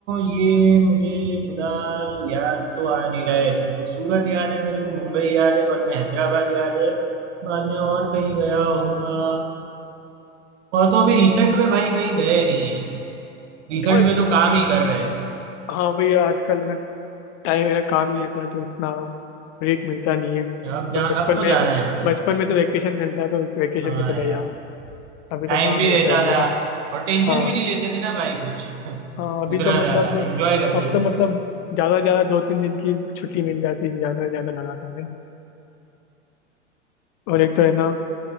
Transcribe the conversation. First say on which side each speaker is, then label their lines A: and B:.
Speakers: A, on the right (about 65°); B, on the left (about 45°).
A: ये मुझे फिलहाल याद तो आ नहीं रहा है ऐसे कुछ सूरत याद है मेरे को मुंबई याद है बाद में हैदराबाद याद है बाद में और कहीं गया हूँगा और तो अभी रिसेंट में भाई कहीं गए नहीं है रिसेंट
B: और एक
A: में
B: तो
A: तो काम ही कर रहे हैं
B: हाँ भाई आजकल है ना टाइम है ना काम ही रहता है तो उतना ब्रेक मिलता नहीं है तो
A: अब जान
B: बचपन
A: अब तो
B: में
A: जाना है भाई
B: बचपन में तो वेकेशन मिलता है तो वेकेशन
A: हाँ
B: में चले
A: यार
B: जाओ अभी
A: टाइम
B: तो काम
A: भी
B: रहता
A: रहता
B: है पूरा
A: था और टेंशन
B: हाँ
A: भी नहीं लेते थे ना भाई कुछ <laughs> उतना
B: हाँ अभी तो मतलब
A: ज्यादा एंजॉय करते
B: अभी तो
A: थे
B: मतलब ज़्यादा से ज़्यादा दो तीन दिन की छुट्टी मिल जाती है ज़्यादा से ज़्यादा लगातार है ना और एक तो है ना